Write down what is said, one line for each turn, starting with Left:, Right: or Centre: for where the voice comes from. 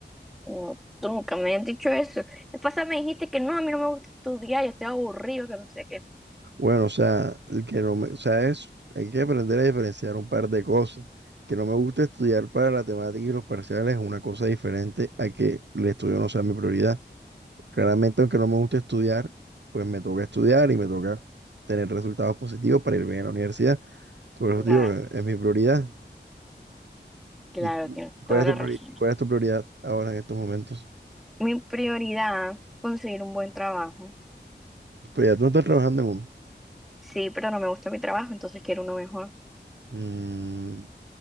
Centre: No, tú nunca me has dicho eso. La pasada me dijiste que no, a mí no me gusta estudiar, yo estoy aburrido, que no sé qué.
Right: Bueno, o sea, el que no me, o sea, es, hay que aprender a diferenciar un par de cosas. Que no me gusta estudiar para la temática y los parciales es una cosa diferente a que el estudio no sea mi prioridad. Claramente, aunque no me gusta estudiar, pues me toca estudiar y me toca tener resultados positivos para ir bien a la universidad. Por eso,
Centre: Claro,
Right: digo, es es mi prioridad.
Centre: claro,
Right: ¿Y tú?
Centre: tienes
Right: cuál
Centre: toda
Right: es
Centre: la
Right: tu priori-
Centre: razón.
Right: cuál es tu prioridad ahora en estos momentos?
Centre: Mi prioridad, conseguir un buen trabajo.
Right: Pues ya tú no estás trabajando en uno.
Centre: Sí, pero no me gusta mi trabajo, entonces quiero uno mejor.
Right: Mm,